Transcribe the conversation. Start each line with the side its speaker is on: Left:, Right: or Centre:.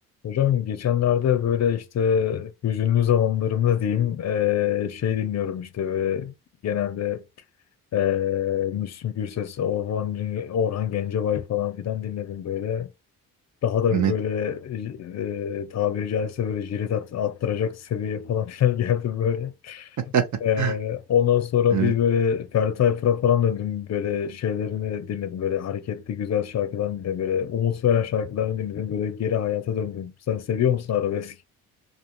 Left: Hocam geçenlerde böyle işte hüzünlü zamanlarımda diyeyim eee, şey dinliyorum işte böyle genelde eee Müslüm Gürses, Orhan, Orhan Gencebay falan filan dinledim böyle. Daha da
Right: Evet.
Left: bir böyle eee tabiri caizse böyle jilet at, attıracak seviyeye falan <laughs> filan geldim böyle.
Right: <laughs>
Left: Eee, ondan sonra
Right: Evet.
Left: bir böyle Ferdi Tayfur'a falan döndüm böyle şeylerini dinledim böyle hareketli güzel şarkılarını dinledim böyle umut veren şarkılarını dinledim böyle geri hayata döndüm. Sen seviyor musun arabesk?